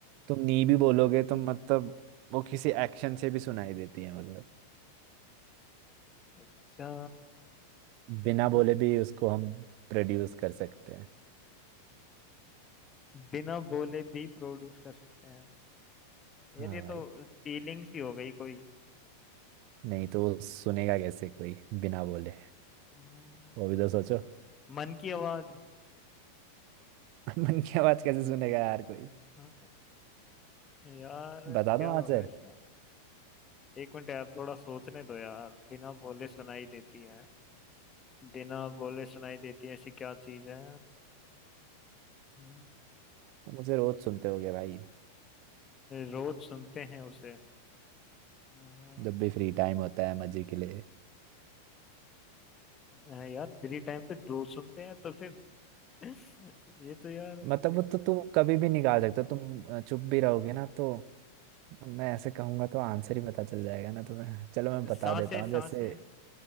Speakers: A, on the right; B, on the left.
A: तुम नी भी बोलोगे तो मतलब वो किसी एक्शन से भी सुनाई देती है मतलब
B: अच्छा
A: बिना बोले
B: हाँ,
A: भी उसको हम प्रोड्यूस कर सकते हैं
B: बिना बोले भी प्रोड्यूस कर सकते हैं यार
A: हाँ
B: ये
A: भाई
B: तो फीलिंग्स ही हो गई कोई
A: नहीं तो वो सुनेगा कैसे कोई बिना बोले
B: हम्म,
A: वो भी तो सोचो
B: मन की आवाज
A: <laughs> मन की आवाज कैसे सुनेगा यार
B: <laughs>
A: कोई
B: यार
A: बता
B: क्या
A: दो
B: होगा
A: आंसर
B: इसका एक मिनट यार थोड़ा सोचने दो यार बिना बोले सुनाई देती है बिना बोले सुनाई देती है ऐसी क्या चीज है हम्म,
A: वो मुझे रोज सुनते होगे भाई
B: रोज सुनते हैं उसे हाँ,
A: जब भी फ्री टाइम होता है मजे के लिए
B: हाँ, यार फ्री टाइम पे रोज सुनते हैं तो फिर <laughs> ये तो यार
A: मतलब वो तो तुम कभी भी निकाल सकते हो तुम अ, चुप भी रहोगे ना तो मैं ऐसे कहूंगा तो आंसर ही पता चल जाएगा ना तुम्हें चलो मैं बता
B: सांसें
A: देता हूँ
B: सांसें
A: जैसे